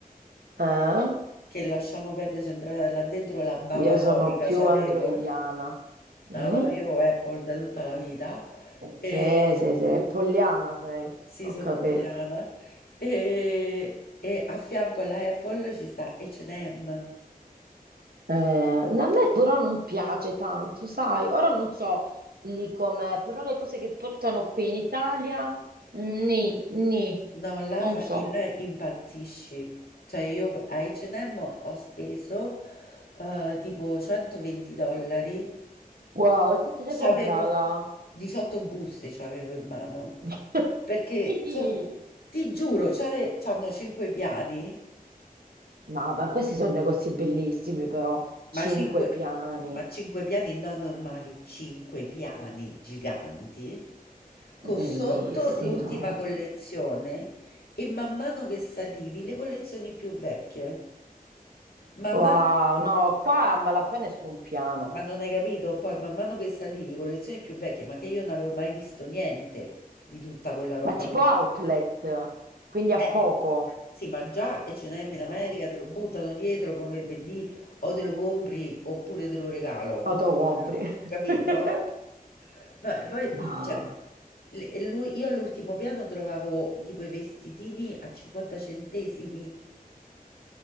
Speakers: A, on the right; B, on the left.
A: eh.
B: che lasciamo perdere, sono entrata là dentro la bava
A: Io sono
B: topica
A: più
B: c'avevo.
A: androidiana.
B: No,
A: Mm?
B: no, io Apple da tutta la vita. E...
A: Sì, sì, sì, Polliana sei,
B: Sì,
A: ho
B: sono
A: capito.
B: italiana. E, e a fianco alla Apple ci sta H&M.
A: Eh, a me però non piace tanto, sai? Ora non so lì com'è, però le cose che portano qui in Italia, mm, ni, ni,
B: No, là,
A: non
B: fa-
A: so.
B: là impazzisci. Cioè io a H&M ho ho speso eh, tipo 120 dollari.
A: Wow, e che te sei
B: C'avevo
A: comprata?
B: 18 buste, c'avevo in mano.
A: <laughs>
B: Perché
A: Ni.
B: so- ti giuro, c'ave- c'hanno 5 piani,
A: Ma, ma questi sono negozi bellissimi però, cinque
B: ma 5,
A: piani,
B: ma 5 piani non normali, 5 piani giganti. con
A: bellissimo.
B: sotto l'ultima collezione e man mano che salivi le collezioni più vecchie. Man
A: Wow,
B: mano,
A: no, qua a malapena è su un piano,
B: ma non hai capito? Poi man mano che salivi collezioni più vecchie, ma che io non avevo mai visto niente di tutta quella roba
A: ma tipo
B: là.
A: outlet, quindi
B: Eh,
A: a poco.
B: sì, ma già H&M
A: Io
B: in America te lo buttano dietro come per dì, o te lo compri oppure te lo regalo,
A: autocompri.
B: capito?
A: <laughs>
B: Ma poi, l-
A: Ma
B: cioè, l- e lui- io all'ultimo piano trovavo tipo i vestitini a 50 centesimi,